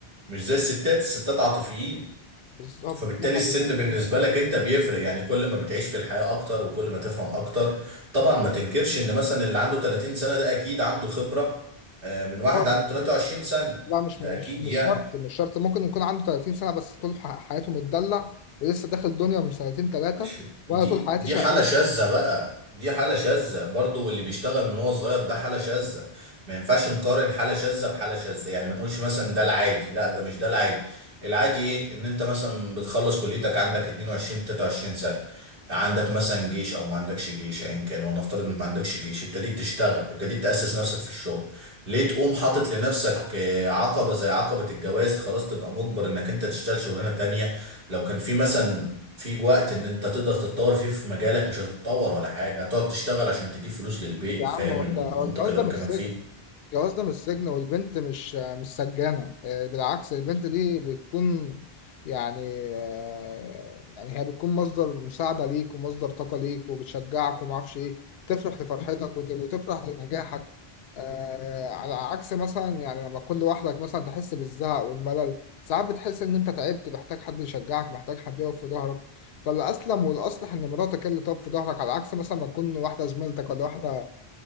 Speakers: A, on the right; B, on the left.
A: مش زي الستات الستات عاطفيين
B: بالظبط
A: فبالتالي
B: دي حقيقه
A: السن بالنسبه
B: دي حقيقة.
A: لك انت بيفرق يعني كل ما بتعيش في الحياه اكتر وكل ما تفهم اكتر طبعا ما تنكرش ان مثلا اللي عنده 30 سنه ده اكيد عنده خبره آه، من واحد
B: خالص.
A: عنده
B: على
A: 23
B: فكرة.
A: سنه
B: لا مش
A: ده
B: مش
A: اكيد
B: مش
A: يعني
B: شرط مش شرط ممكن يكون عنده 30 سنه بس طول ح- حياته متدلع ولسه داخل الدنيا من سنتين ثلاثه
A: ماشي
B: وانا
A: دي
B: طول حياتي
A: دي
B: شقيان
A: حالة شاذة بقى دي حالة شاذة برضو واللي بيشتغل من وهو صغير ده حالة شاذة ما ينفعش نقارن حالة شاذة بحالة شاذة يعني ما نقولش مثلا ده العادي لا ده مش ده العادي العادي ايه ان انت مثلا بتخلص كليتك عندك 22 23 سنة عندك مثلا جيش او ما عندكش جيش ايا كان ونفترض ما عندكش جيش ابتديت تشتغل ابتديت تأسس نفسك في الشغل ليه تقوم حاطط لنفسك آه، عقبة زي عقبة الجواز خلاص تبقى مجبر انك انت تشتغل شغلانة تانية لو كان في مثلا في وقت ان انت تقدر تتطور فيه في مجالك مش هتتطور ولا حاجة هتقعد تشتغل عشان تجيب فلوس للبيت
B: يا عم
A: فاهم
B: والله
A: المنطق
B: هو الجواز
A: اللي
B: ده
A: بكلمك
B: مش سجن
A: فيه
B: الجواز ده مش سجن والبنت مش مش سجانة آه، بالعكس البنت دي بتكون يعني آه، يعني هي بتكون مصدر مساعدة ليك ومصدر طاقة ليك وبتشجعك ومعرفش ايه تفرح لفرحتك وت- وتفرح لنجاحك آه، على عكس مثلا يعني لما تكون لوحدك مثلا تحس بالزهق والملل ساعات بتحس ان انت تعبت محتاج حد يشجعك محتاج حد يقف في ظهرك فالأسلم والأصلح إن مراتك هي اللي تقف في ظهرك على عكس مثلا ما تكون واحدة زميلتك ولا واحدة